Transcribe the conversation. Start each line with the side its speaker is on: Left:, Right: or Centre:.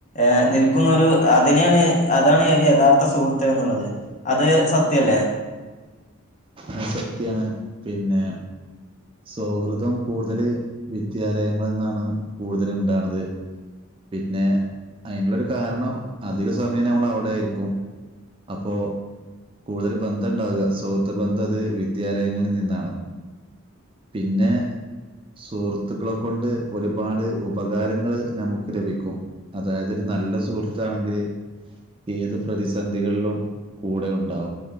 Left: ഏർ നിൽക്കുന്ന ഒരു അതിനെയാണ് അതാണ് ഒരു യഥാർത്ഥ സുഹൃത്ത് എന്നുള്ളത് അത് സത്യല്ലേ.
Right: ആ സത്യാണ്. പിന്നെ സൗഹൃദം കൂടുതൽ വിദ്യാലയങ്ങളിൽ നിന്നാണ് കൂടുതൽ ഉണ്ടാണത്. പിന്നെ അതിനുള്ളൊരു കാരണം അധിക സമയം നമ്മൾ അവിടെ ആയിരിക്കും അപ്പോ കൂടുതൽ ബന്ധം ഉണ്ടാവാ സൗഹൃദ ബന്ധം അത് വിദ്യാലയങ്ങളിൽ നിന്നാണ്. പിന്നെ സുഹൃത്തുക്കളെ കൊണ്ട് ഒരുപാട് ഉപകാരങ്ങൾ നമുക്ക് ലഭിക്കും. അതായത് ഒരു നല്ല സുഹൃത്താണെങ്കില് ഏത് പ്രതിസന്ധികളിലും കൂടെ ഉണ്ടാവും.